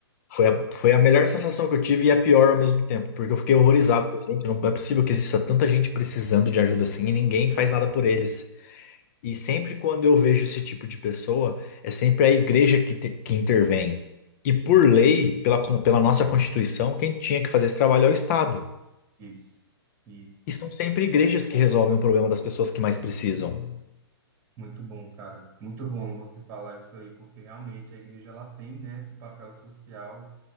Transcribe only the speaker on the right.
Isso, isso.
Muito bom, cara. Muito bom você falar isso aí, porque realmente a igreja ela tem, né, esse papel social